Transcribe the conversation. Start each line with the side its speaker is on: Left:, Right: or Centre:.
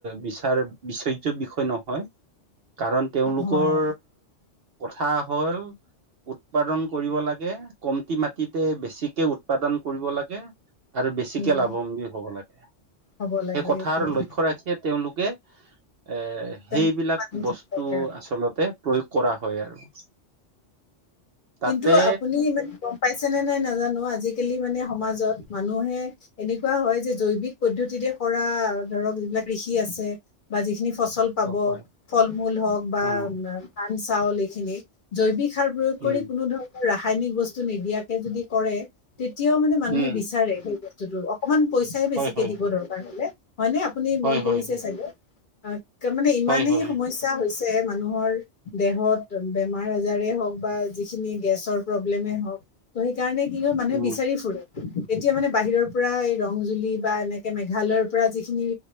Right: বিচাৰ বিচৰজ্য বিষয় নহয়। কাৰণ তেওঁলোকৰ
Left: হয়
Right: কথা হল উৎপাদন কৰিব লাগে কমতি মাটিতে বেছিকে উৎপাদন কৰিব লাগে। আৰু বেছিকে
Left: উম
Right: লাভম্বী হব লাগে
Left: হ'ব লাগে
Right: সেই কথাৰ
Left: সেইটোৱে
Right: লক্ষ্য। ৰাখি তেওঁলোকে এই
Left: তেনেকে
Right: সেইবিলাক
Left: মানুহ
Right: বস্তু আচলতে প্ৰয়োগ কৰা হয় আৰু তাতে
Left: কিন্তু আপুনি মানে গম পাইছে নে নাই না নাজানো আজিকালি মানে সমাজত মানুহে এনেকুৱা হয় যে জৈৱিক পদ্ধতিৰে কৰা ধৰক যিবিলাক কৃষি আছে বা যিখিনি ফচল পাব।
Right: অ হয়
Left: ফল-মূল হওঁক বা
Right: অ
Left: ধান, চাউল বা যিখিনি জৈৱিক সাৰ প্ৰয়োগ কৰি
Right: উম
Left: কোনো ধৰণৰ ৰাসায়নিক বস্তু নিদিয়াকে যদি কৰে তেতিয়াও মানে মানুহে
Right: উম
Left: বিচাৰে সেই বস্তুটো, অকমান পইচাই বেছিকে
Right: হয় হয়
Left: দিব
Right: হয়
Left: দৰকাৰ হ'লে। হয়নে আপুনি
Right: হয়
Left: মন
Right: হয়
Left: কৰিছে
Right: হয়
Left: চাগে, একদম মানে ইমানেই
Right: হয় হয়
Left: সমস্যা হৈছে যে মানুহৰ, দেহত বেমাৰ আজাৰে হওক বা যিখিনি গেছৰ প্ৰব্লেমে হওক। ত' সেইকাৰণে কি হয় মানুহে
Right: উম
Left: বিচাৰি ফুৰে। এতিয়া মানে বাহিৰৰ পৰা এই ৰংজুলি বা এনেকে মেঘালয়ৰ পৰা যিখিনি